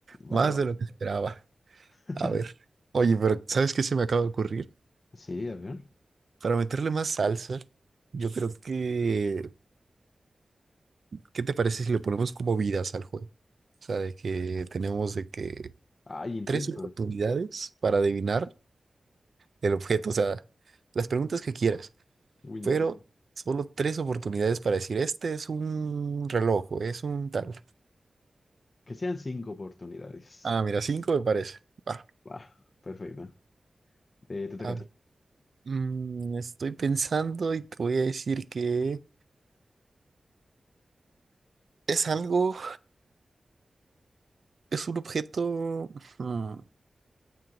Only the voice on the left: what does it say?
Va, va.
<laughs>
Sí, a ver.
Hay intentos.
Uy, no.
Que sean cinco oportunidades.
Va, perfecto. Eh, te toca
a ti.